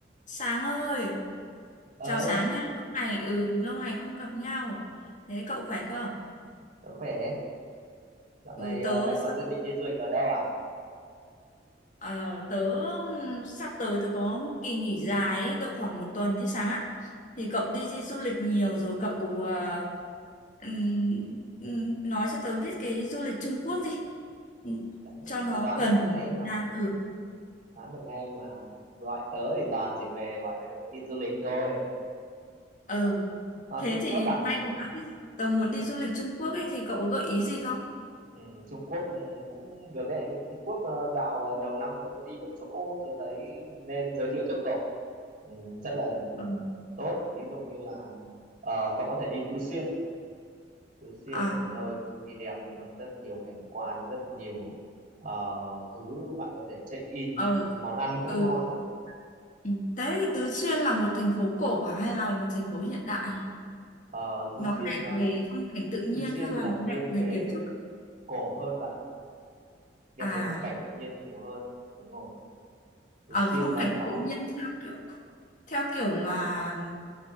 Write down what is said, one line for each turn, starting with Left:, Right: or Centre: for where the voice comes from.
Left: Sáng ơi,
Right: ơi
Left: chào Sáng nhá. Lâu ngày ừ, lâu ngày không gặp nhau. Thế cậu khỏe không?
Right: tớ khỏe dạo
Left: Ừ,
Right: này ờ,
Left: tớ
Right: lại có
Left: sắp-
Right: dự định đi du lịch ở đâu à
Left: ờ, tớ sắp tới tớ có kỳ nghỉ dài ấy, độ khoảng một tuần ấy Sáng ạ. Thì cậu đi, đi du lịch nhiều rồi cậu ờ, ừm, ừm, nói cho tớ biết cái du lịch Trung Quốc đi. Ừm,
Right: đấy
Left: Cho nó
Right: tớ đoán
Left: gần
Right: được ngay
Left: với
Right: mà
Left: Việt Nam. Ừ.
Right: đoán được ngay mà gọi tớ thì toàn chỉ về hỏi về thông tin du lịch thôi
Left: Ừ.
Right: Ờ,
Left: Thế
Right: Trung
Left: thì
Right: Quốc à
Left: may quá.
Right: ừ,
Left: Tớ muốn
Right: ừ,
Left: đi du lịch Trung Quốc ấy thì cậu có gợi ý gì không?
Right: ừ, Trung Quốc ừ, cũng được đấy Trung Quốc ờ, dạo ờ, đầu năm tớ mới đi một chỗ tớ thấy nên giới thiệu cho cậu ừ, rất là
Left: Ừ.
Right: tốt ví dụ như là ờ, cậu có thể đi Tứ Xuyên Tứ Xuyên
Left: À,
Right: là một nơi cực kỳ đẹp luôn rất nhiều cảnh quan rất nhiều ờ, thứ bạn có thể check in
Left: ờ,
Right: món ăn cũng
Left: ừ.
Right: ngon nữa
Left: Ừ. Đấy, Tứ Xuyên là một thành phố cổ à hay là một thành phố hiện đại?
Right: Ờ, Tứ
Left: Nó đẹp
Right: Xuyên nó
Left: về phong cảnh tự nhiên
Right: Tứ Xuyên
Left: hay là
Right: là
Left: nó
Right: nghiêng
Left: đẹp về
Right: về
Left: kiến trúc?
Right: cổ hơn bạn ạ đẹp
Left: À,
Right: về phong cảnh tự nhiên nhiều hơn đúng rồi Tứ
Left: ở
Right: Xuyên
Left: phong
Right: nó
Left: cảnh
Right: có
Left: tự nhiên theo kiểu theo kiểu là